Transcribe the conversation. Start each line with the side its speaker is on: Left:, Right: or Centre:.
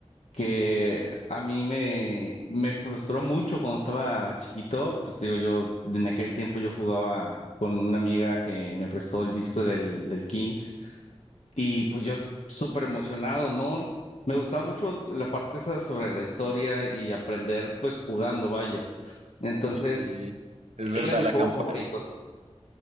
Left: que a mí me, me frustró mucho cuando estaba chiquito, pues te digo, yo en aquel tiempo yo jugaba con una amiga que me prestó el disco del, del Kings y pues yo s- súper emocionado, ¿no? Me gustaba mucho la parte esa sobre la historia y aprender pues jugando, vaya. Entonces,
Right: sí, es verdad
Left: era mi
Right: la
Left: juego
Right: campaña.
Left: favorito.